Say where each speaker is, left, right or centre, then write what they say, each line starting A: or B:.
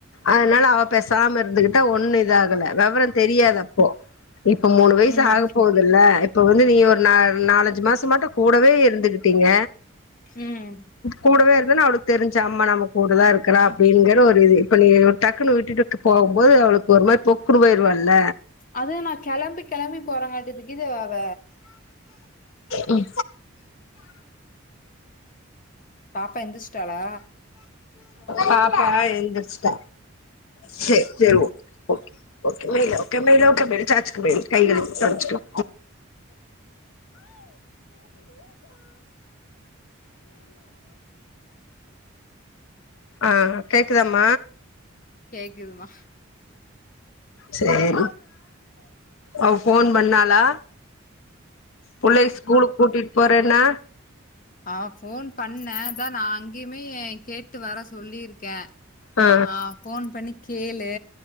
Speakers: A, on the left; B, on the left.
A: அதனால அவ பே சாம இருந்துகிட்ட ஒண்ணு இத ஆகல விவர தெரியாத அப்போ இப்ப மூணு வயசு
B: ம்
A: ஆக போகுதுல்ல இப்போ வந்து நீ ஒரு ந நாலஞ்சு மாசம்மாட்ட கூடவே இருந்துகிட்டீங்க
B: ம்
A: கூடவே அவுளுக்கு தெரிஞ்சு அம்மா நமக்கு கூடுதா இருக்கிறா அப்டிங்கற ஒரு இது இப்ப நீ டக்குனு விட்டு போகும்போது அவுளுக்கு ஒரு மாதிரி பொக்குனு போயிடுவா இல்ல
B: அது நா கெளம்பி கெளம்பி போறங்காட்டிதுக்கு இது அவ
A: உம்
B: பாப்பா எந்திரச்சிட்டாளா
A: பாப்பா எழுந்திரச்சுட்ட செரி-செரி ஓ ஓகே மே மலகே-மலகே மே சாச்சுக்கு கைகள சச்ச ஹா கேக்குதாம
B: கேக்குதுமா
A: செரி அவ போன் பண்ணாளா பிள்ளை ஸ்கூலு கூட்டிட்டு போற னா
B: ஹா போன் பண்ணேன் நா அங்கேயுமே கேட்டு வர சொல்லியிருக்கேன்
A: ஆ
B: ஆஹ போன் பண்ணி கேளு